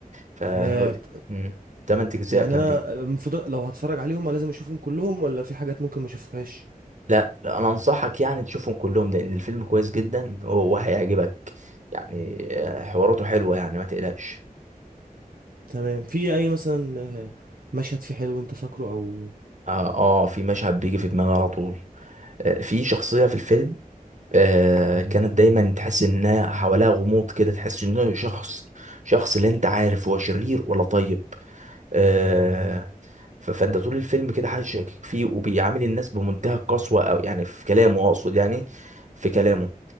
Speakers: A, on the right; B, on the right.
A: فهو
B: يا ط-
A: مم، 8 اجزاء
B: يعني
A: كاملين
B: انا المفروض لو هتفرج عليهم لازم اشوفهم كلهم ولا في حاجات ممكن ما اشوفهاش
A: لا انا انصحك يعني تشوفهم كلهم لان الفيلم كويس جدا وهيعجبك يعني آه، حواراته حلوة يعني ما تقلقش
B: تمام في اي مثلا آه، مشهد فيه حلو انت فاكره او
A: اه آه، في مشهد بيجي في دماغي على طول آه، في شخصية في الفيلم آه كانت دايما تحس انها حواليها غموض كده تحس انه شخص شخص لا انت عارف هو شرير ولا طيب آه ف- فانت طول الفيلم كده حاسس شاكك فيه وبيعامل الناس بمنتهى القسوة او يعني في كلامه اقصد يعني في كلامه